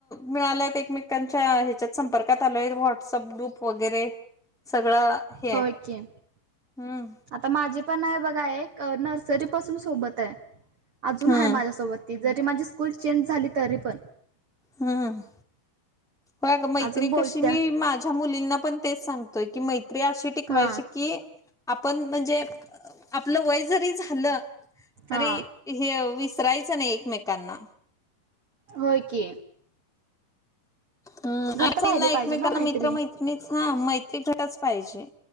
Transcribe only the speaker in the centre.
मिळाल्यात एकमेक त्यांच्या ह्याच्यात संपर्कात आलोय व्हॉट्सअप ग्रुप वगैरे सगळं. हे आहे
हम्म
हम्म
हम्म हम्म. होय अगं. मैत्री
कशी मी माझ्या मुलींना पण तेच सांगतोय, की मैत्री अशी टिकवायची
की आपण म्हणजे आपलं वय जरी झालं
तरी इ हेव विसरायचं नाही एकमेकांना.
हं
आय थिंक
ना एकमेकांना
मित्र मैत्रिणीत हा मैत्री घट्टच पाहिजे,